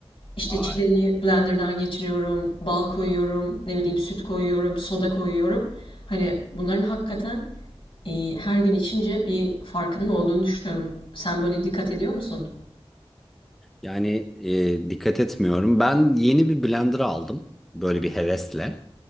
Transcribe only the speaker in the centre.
Ay.
Yani e, dikkat etmiyorum. Ben yeni bir blender aldım. Böyle bir hevesle.